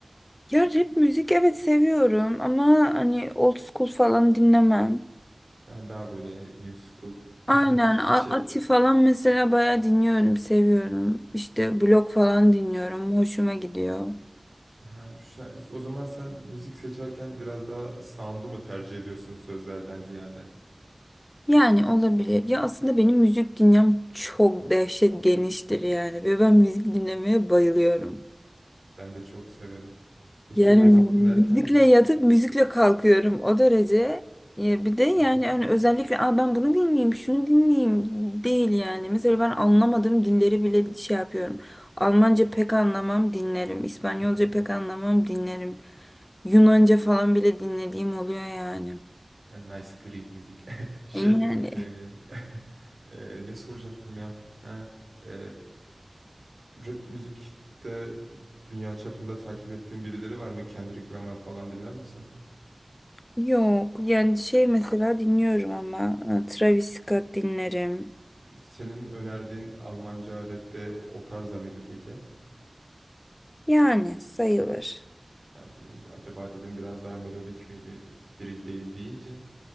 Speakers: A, on the left; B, on the right.
A: Ya rap müzik evet seviyorum ama hani old school falan dinlemem.
B: Ha, daha böyle new school
A: Aynen
B: <laughs>
A: A-
B: şey.
A: Ati falan mesela bayağı dinliyorum, seviyorum. İşte blok falan dinliyorum, hoşuma gidiyor.
B: Ha, şu- o zaman sen müzik seçerken biraz daha sound'u mu tercih ediyorsun sözlerden ziyade?
A: Yani olabilir. Ya aslında benim müzik dinlem çok dehşet geniştir yani ve ben müzik dinlemeye bayılıyorum.
B: Ben de çok severim. Peki
A: Yani
B: müzik dinlerken
A: müzikle yatıp müzikle kalkıyorum o derece. Ya bir de yani
B: Hı hı,
A: hani özellikle Aa, ben bunu dinleyeyim, şunu dinleyeyim değil yani. Mesela ben anlamadığım dilleri bile şey yapıyorum. Almanca pek anlamam dinlerim. İspanyolca
B: hı hı.
A: pek anlamam dinlerim. Yunanca falan bile dinlediğim oluyor yani.
B: Yani nice Greek müzik. <laughs> Şey,
A: Yani
B: e, <laughs> e, ne soracaktım ya? Ha, e, rap müzikte dünya çapında takip ettiğin birileri var mı? Kendrick Lamar falan dinler misin?
A: yok yani şey mesela dinliyorum ama e, Travis Scott dinlerim.
B: Senin önerdiğin Almanca rapte o tarzda mıydı peki?
A: Yani sayılır.
B: Yani, bir- acaba dedim biraz daha melodik miydi? Drill değil deyince